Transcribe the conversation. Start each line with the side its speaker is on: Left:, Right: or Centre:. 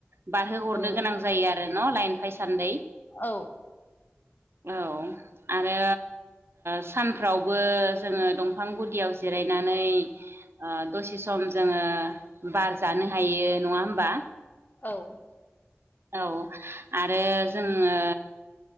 Right: बारहोहरनो
Left: औ
Right: गोनां जायो आरो न' लाइन फाइसान्दै
Left: औ
Right: औ आरो सानफ्रावबो जोङो दंफां गुदियाव जिरायनानै दसे सम जोङो बार जानो हायो नङा होमबा?
Left: औ
Right: औ आरो जोङो